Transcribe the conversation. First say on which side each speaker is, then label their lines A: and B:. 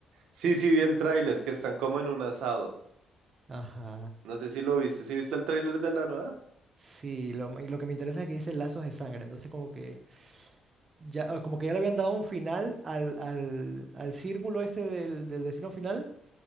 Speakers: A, on the right; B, on the right.
A: Sí, sí vi el tráiler, que están como en un asado.
B: Ajá.
A: No sé si lo viste. ¿Sí viste el tráiler de la nueva?
B: Sí, lo, y lo que me interesa es que dice lazos de sangre, entonces como que ya, ah, como que ya le habían dado un final al, al, al círculo este del, del destino final,